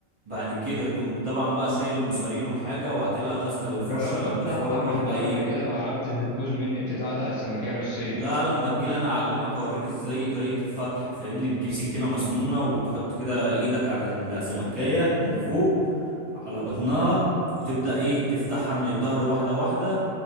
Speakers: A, on the right (about 35°); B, on the left (about 65°).
A: بعد كده تقوم طبعا بقى شايل المصارين والحاجة وعاطلها غسلة بالفرشة
B: جربت
A: انضفها
B: افتحها
A: لك
B: من
A: واحدة
B: الظهر
A: ايه
B: قبل كده ما عرفتش بتبوظ مني بتتقطع السمكيه نصين
A: لا لما تجيلي انا اعلمك اوريك ازاي طريقة الفتح فاهمني بتجيب سكينة مسنونة وتحط كده ايدك على السمكية من فوق على بطنها وتبدأ ايه تفتحها من الظهر واحدة واحدة